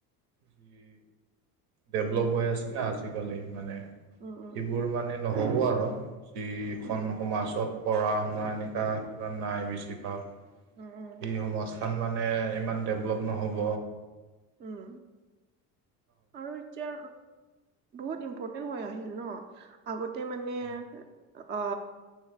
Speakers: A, on the right; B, on the right.
A: যি ডেভলপ হৈ আছে না আজিকালি মানে
B: উম
A: এইবোৰ মানে নহ'ব আৰু যিখন
B: উম
A: সমাজত পঢ়া শুনা এনেকুৱা কিবা নাই বেছিভাগ
B: উম
A: এই সমস তান মানে ইমান ডেভলপ নহ'ব
B: উম আৰু এতিয়া বহুত ইম্পৰ্টেণ্ট হৈ আহিল ন আগতে মানে
A: উম
B: অ